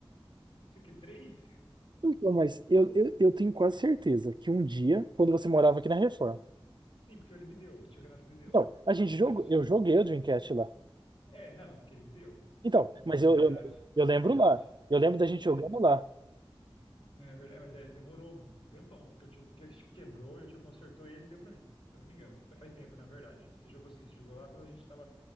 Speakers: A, on the left; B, on the right.
A: Eu tinha o quê? Três?
B: Então, mas eu, eu, eu tenho quase certeza que um dia, quando você morava aqui na Reforma.
A: Sim, porque ele me deu. O tio Renato me deu
B: Então, a gente
A: o Dreamcast.
B: jogou, eu joguei o Dreamcast lá.
A: É, não, é porque ele me deu.
B: Então,
A: Sim,
B: mas
A: não,
B: eu,
A: verdade.
B: eu, eu lembro
A: Verdade.
B: lá. Eu lembro da gente
A: É,
B: jogando lá.
A: não, é verdade, É, mas é, demorou um tempão, porque o tio que- quebrou e o tio consertou ele e deu pra mim. Se eu não me engano. É, faz tempo, na verdade. Você jogou sim, você jogou lá quando a gente tava